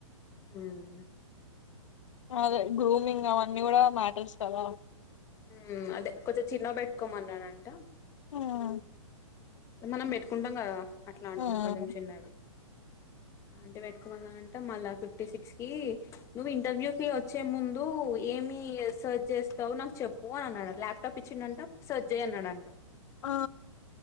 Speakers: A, on the left (about 15°); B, on the left (about 65°).
A: ఉమ్
B: అదే గ్రూమింగ్ అవన్నీ కూడా మ్యాటర్స్ కదా
A: ఉమ్ అదే కొంచెం చిన్న పెట్టుకోమన్నానంట
B: ఉమ్
A: మనం పెట్టుకుంటాం కదా అట్లాంటివి
B: మ్మ్.
A: కొంచెం చిన్నవి
B: <inaudible>
A: అంటే పెట్కోళంట మళ్ళా ఫిఫ్టీ సిక్స్ కి నువ్వు ఇంటర్వ్యూ కి వచ్చే ముందు ఏమి సెర్చ్ చేస్తావు నాకు చెప్పు అనీ అన్నాడు అంట ల్యాప్టాప్ ఇచ్చిండంట సెర్చ్ చేయ అన్నాడంట
B: ఆ